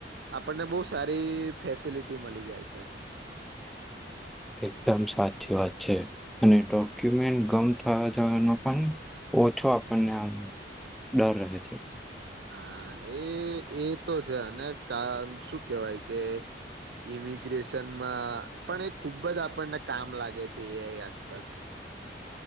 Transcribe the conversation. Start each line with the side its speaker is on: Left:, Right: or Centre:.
Right: આપણને બોવ સારી ફેસિલિટી મલી જાય છે.
Centre: એકદમ સાચી વાત છે અને ડો ક્યુપમેન્ટ ગમ થવા જવાનો પણ ઓછો આપણને આમ ડર રહે છે.
Right: હા, એ એ તો છે અને કા શું કેવાય કે ઇમિગ્રેશનમાં પણ એ ખૂબ જ આપણને કામ લાગે છે એ આઈ આજકાલ.